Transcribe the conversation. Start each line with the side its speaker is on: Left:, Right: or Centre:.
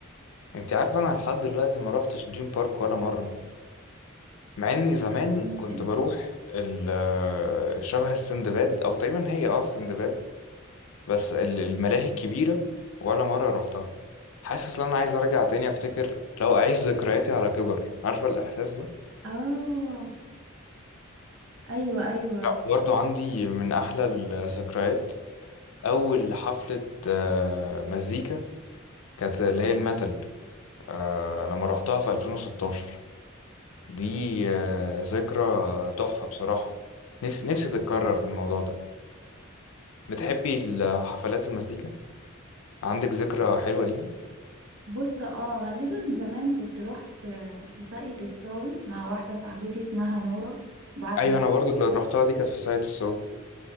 Left: انت عارف انا لحد دلوقتي ما روحتش دريم بارك ولا مره مع اني زمان
Right: ممكن
Left: كنت بروح ال- آه، شبه السندباد او تقريبا هي اه السندباد بس ال- الملاهي الكبيره ولا مره روحتها حاسس ان انا عايز ارجع تاني افتكر لو اعيش ذكرياتي على كبر عارفه الاحساس ده
Right: آه أيوة أيوة
Left: لا برضو عندي من احلى الذكريات اول حفله آه، مزيكا كانت اللي هي الميتال آه، لما روحتها في 2016 دي آه، ذكرى تحفة بصراحة نفسي نفسي تتكرر الموضوع ده بتحبي الحفلات المزيكا عندك ذكرى حلوة ليها
Right: بص اه غالبا زمان كنت رحت آه، في ساقية الصاوي مع واحدة صاحبتي اسمها نورة بعد
Left: ايوه
Right: الشغل
Left: انا برضو اللي رحتها دي كانت في ساقية الصاوي